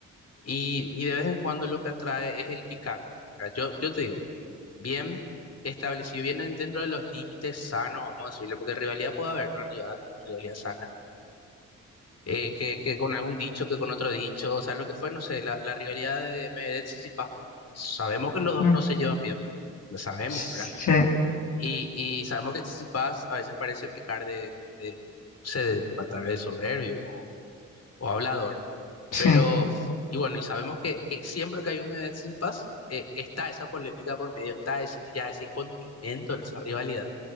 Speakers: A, on the left; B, on the left.
A: y, y de vez en cuando lo que atrae es el picante, ¿verdad? Yo, yo te digo, bien establecido, bien en- dentro de los límites sanos, vamos a decirlo, porque rivalidad puede haber, una rival- rivalidad sana, eh, que, que con algún dicho, que con otro dicho, o sea, lo que fue, no sé, la, la rivalidad de Medvedev y Tsitsipas, por- sabemos que los dos
B: Mm,
A: no se llevan bien, lo sabemos,
B: Sí,
A: ¿verdad? Y, y sabemos que Tsitsipas a veces parece pecar de, de, no sé, de, tal vez soberbio o, o hablador,
B: sí,
A: pero, y bueno, y sabemos que, que siempre que hay un meme de Tsitsipas, eh, está esa polémica por medio, está ese, ya ese condimento en esa rivalidad.